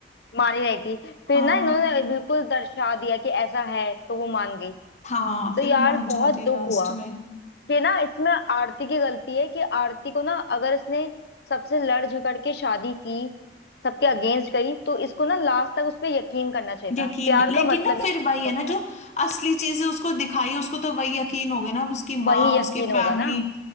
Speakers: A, on the left; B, on the left.
A: मानी नहीं थी फिर
B: हाँ
A: ना इन्होंने बिल्कुल दर्शा दिया कि ऐसा है तो वो मान गई
B: हाँ
A: तो
B: फिर
A: यार
B: वो मान
A: बहुत
B: जाती है
A: दुख
B: लास्ट
A: हुआ
B: में
A: ये ना इसमें आरती की गलती है कि आरती को ना अगर इसने सबसे लड़ झगड़ के शादी की सबके अगेंस्ट गई तो इसको ना लास्ट तक उस पर यकीन करना चाहिए
B: यकीन
A: था प्यार
B: लेकिन
A: का मतलब
B: ना
A: ही
B: फिर
A: यकीन
B: वही है
A: होता
B: ना जो
A: है
B: असली चीज है उसको दिखाई है उसको तो वही यकीन हो गया ना अब उसकी
A: वही
B: माँ
A: यकीन
B: उसकी
A: होगा
B: फैमिली
A: ना